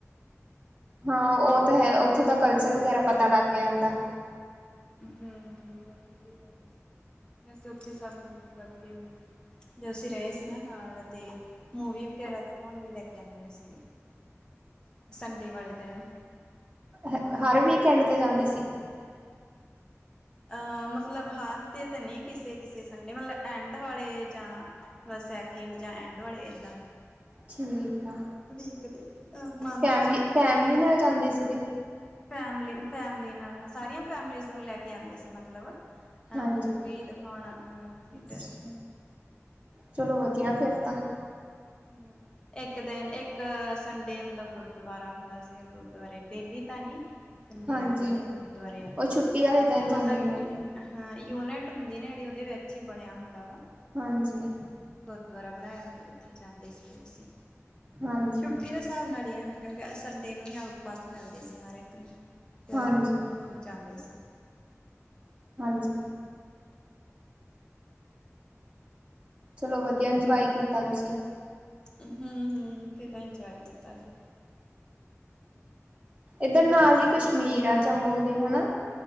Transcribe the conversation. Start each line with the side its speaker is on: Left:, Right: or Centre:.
Right: ਹਾਂ ਉਹ ਤਾਂ ਹੈ ਉੱਥੋਂ ਦਾ
Left: ਬਹੁਤ
Right: ਕਲਚਰ ਵਗੈਰਾ ਪਤਾ ਲੱਗ ਜਿਆਦਾ।
Left: ਹੂੰ ਹੂੰ ਬਹੁਤ ਵਧੀਆ ਵੈਦਰ ਸੀ, ਵੈਸੇ ਉਥੇ ਸਾਨੂੰ ਮਤਲਬ ਕਿ ਜਦੋ ਅਸੀਂ ਰਹੇ ਸੀ ਨਾ ਨਾਲ ਤੇ, ਮੂਵੀ ਵਗੈਰਾ ਦਿਖਾਉਣ ਵੀ ਲੈ ਕੇ ਆਦੇ ਸੀ। ਸੰਡੇ ਵਾਲੇ ਦਿਨ
Right: ਹ ਹਰ ਵੀਕਐਂਡ ਤੇ ਜਾਂਦੀ ਸੀ।
Left: ਅਹ ਮਤਲਬ ਹਾਰ ਤੇ ਤਾਂ ਨਹੀਂ ਕਿਸੇ ਕਿਸੇ ਸੰਡੇ ਮਤਲਬ ਐਂਡ ਵਾਲੇ ਜਾਂ ਫਸਟ, ਸੈਕਿੰਡ ਜਾਂ ਐਂਡ ਵਾਲੇ ਏਦਾਂ।
Right: ਠੀਕ ਆ
Left: ਵੀਕ ਦੇ ਮੰਥ
Right: ਫੈਮਲੀ,
Left: ਦੇ
Right: ਫੈਮਲੀ ਨਾਲ ਜਾਂਦੇ ਸੀਗੇ।
Left: ਫੈਮਲੀ ਫੈਮਲੀ ਨਾਲ ਸਾਰੀਆਂ ਫੈਮਲੀਜ਼ ਨੂੰ ਲੈ ਕੇ ਆਉਂਦੇ ਸੀ ਮਤਲਬ ਮਤਲਬ,
Right: ਹਾਂਜੀ।
Left: ਅ ਮੂਵੀ ਦੀਖਾੳਣ ਅ ਥਿਏਟਰ
Right: ਅੱਛਾ
Left: ਚ।
Right: ਚਲੋ ਵਧੀਆ ਫਿਰ ਤਾਂ।
Left: ਹੂੰ ਇੱਕ ਦਿਨ ਇੱਕ ਸੰਡੇ ਮਤਲਬ ਗੁਰਦੁਆਰਾ ਹੁੰਦਾ ਸੀ। ਗੁਰਦੁਆਰੇ ਡੇਲੀ ਤਾਂ ਨੀ ਸਂਡੇ
Right: ਹਾਂਜੀ।
Left: ਵਾਲੇ ਦਿਨ ਗੁਰਦੁਆਰੇ ਜਾਂਦੇ
Right: ਉਹ ਛੁੱਟੀ
Left: ਸੀ।
Right: ਵਾਲੇ ਦਿਨ
Left: ਉਹ
Right: ਜਾਂਦੇ
Left: ਮਤਲਬ
Right: ਹੋਣਗੇ
Left: ਹਾਂ ਯੂਨਿਟ ਹੁੰਦੀ ਨਾ ਜਿਹੜੀ ਉਹਦੇ ਵਿੱਚ ਹੀ ਬਣਿਆ ਹੁੰਦਾ ਵਾ।
Right: ਹਾਂਜੀ
Left: ਗੁਰੂਦੁਆਰਾ ਬਣਾਇਆ ਹੁੰਦਾ ਉੱਥੇ ਜਾਂਦੇ ਸੀਗੇ ਅਸੀਂ,
Right: ਹਾਂਜੀ
Left: ਛੁੱਟੀ ਦੇ ਹਿਸਾਬ ਨਾਲ ਹੀ ਹ ਕਿਉਂਕਿ ਸੰਡੇ ਨੂੰ ਹੀ ਆਊਟ ਪਾਸ ਮਿਲਦੇ ਸੀ ਹਰ ਇੱਕ ਨੂੰ। ਫਿਰ
Right: ਹਾਂਜੀ
Left: ਉਦੋਂ ਜਾਂਦੇ ਸੀ।
Right: ਹਾਂਜੀ। ਚਲੋ ਵਧੀਆ ਇਨਜੌਏ ਕੀਤਾ ਤੁਸੀਂ।
Left: ਹੂੰ ਹੂੰ ਕੀਤਾ ਇੰਜੋਏ ਕੀਤਾ ਸੀ।
Right: ਏਧਰ ਨਾਲ ਹੀ
Left: ਹੋਰ
Right: ਕਸ਼ਮੀਰ
Left: ਸੁਣਾਓ?
Right: ਆ ਜੰਮੂ ਦੇ ਹਨਾ।